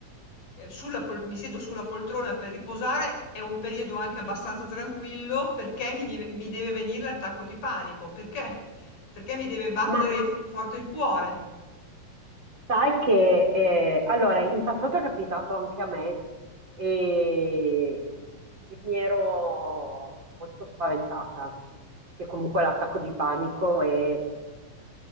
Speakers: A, on the left (about 70°); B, on the right (about 35°).
A: eh, sulla pol- mi siedo sulla poltrona per riposare, è un periodo anche abbastanza tranquillo perché mi deve, mi deve venire l'attacco di panico, perché? Perché mi deve battere
B: Ma
A: forte il cuore.
B: sai che, eh, allora, in passato è capitato anche a me e, e mi ero molto spaventata, perché comunque l'attacco di panico è,